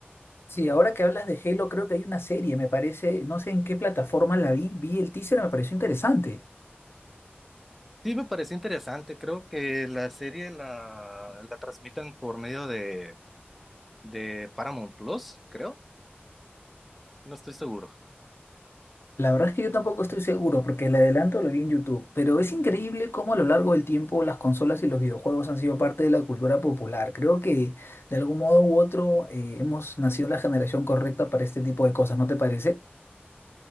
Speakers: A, on the left (about 75°); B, in the centre.
A: Sí, ahora que hablas de Halo, creo que hay una serie, me parece, no sé en qué plataforma la vi, vi el teaser, me pareció interesante.
B: Sí, me pareció interesante. Creo que la serie la, la transmiten por medio de, de Paramount Plus, creo. No estoy seguro.
A: La verdad es que yo tampoco estoy seguro, porque el adelanto lo vi en YouTube, pero es increíble cómo a lo largo del tiempo las consolas y los videojuegos han sido parte de la cultura popular. Creo que de algún modo u otro eh, hemos nacido en la generación correcta para este tipo de cosas, ¿no te parece?